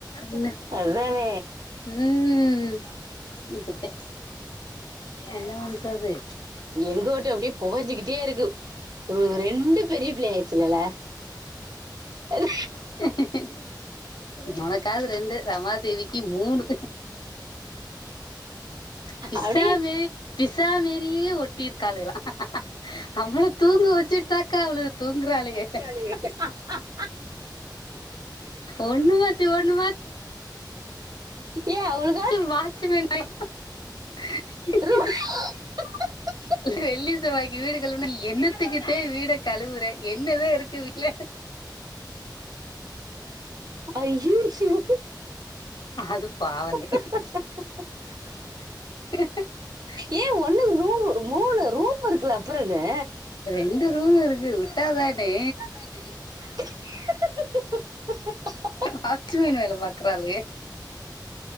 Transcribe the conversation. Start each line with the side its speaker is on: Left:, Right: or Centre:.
Left: என்ன
Right: அதானே
Left: ம், இப்பட்த்த என்ன பண்றது
Right: எங்கூட்டோ அப்டியே பொகஞ்சுக்கிட்டே இருக்கு. தோ, ரெண்டு பெரிய பிள்ளை ஆய்ட்ச்சுலல அது
Left: <unintelligible> உனக்காது ரெண்டு, ரமாதேவிக்கி மூணு பிசா
Right: அப்படியே
Left: மேரி, பிசா மேரியே ஒட்டியிருக்காளுகலா அவள தூங்க வெச்சுட்தாக்கா, அவளுக தூங்குறாளுக.
Right: ஆஹ்ஹா.
Left: ஒண்ணு மாத்தி ஒண்ணு மாத்
Right: ஏ அவுளு
Left: க்கு வாட்ச்சுமேனு <inaudible>
Right: ரூம் <unintelligible>
Left: வெள்ளி செவ்வாய்க்கி வீடு கழுவுனா நீ என்னத்துக்குதே வீட கழுவுற என்னதா இருக்கு வீட்ல?
Right: அய்யிய்யோ
Left: அது பாவந்தே
Right: <unintelligible>
Left: <unintelligible>
Right: ஏ ஒண்ணுக்கு ரூமு மூணு ரூம் இருக்குல. அப்பறென்னா?
Left: ரெண்டு ரூம் இருக்கு
Right: <unintelligible>
Left: விட்டாதானே
Right: <unintelligible>
Left: வாட்ச்சுமேன் வேல பாக்குறாளுக